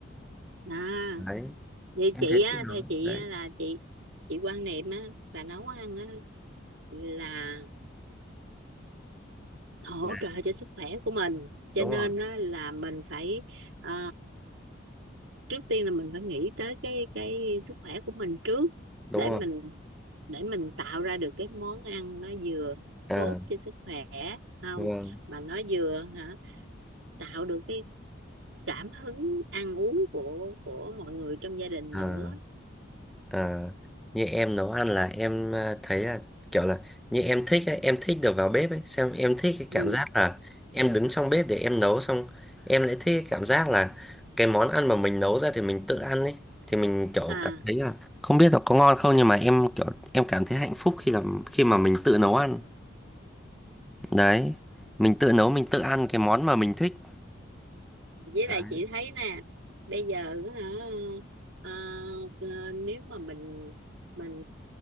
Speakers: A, on the right; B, in the centre.
A: à
B: đấy
A: vậy
B: em
A: chị
B: thấy
A: á
B: thích nấu
A: theo chị
B: đấy
A: á, là chị chị quan niệm á là nấu ăn á là hỗ
B: Là-
A: trợ cho sức khỏe của mình cho
B: đúng
A: nên
B: rồi
A: á là mình phải à, trước tiên là mình phải nghĩ tới cái cái sức khỏe của mình trước
B: đúng
A: để
B: rồi
A: mình để mình tạo ra được cái món ăn nó vừa
B: à
A: tốt cho sức khỏe không
B: vâng
A: mà nó vừa hả tạo được cái cảm hứng ăn uống của của mọi người trong gia đình
B: à
A: nữa
B: Ờ, như em nấu ăn là em ờ, thấy là kiểu là như em thích ấy, em thích được vào bếp ấy, xem em thích cái
A: ừ.
B: cảm giác là em đứng trong bếp để em nấu xong em lại thích cái cảm giác là cái món ăn mà mình nấu ra thì mình tự ăn ấy thì mình kiểu
A: à
B: cảm thấy là không biết là có ngon không nhưng mà em kiểu em cảm thấy hạnh phúc khi làm khi mà mình tự nấu ăn đấy mình tự nấu mình tự ăn cái món mà mình thích
A: với
B: đấy,
A: lại chị thấy nè bây giờ hả à, à, nếu mà mình mình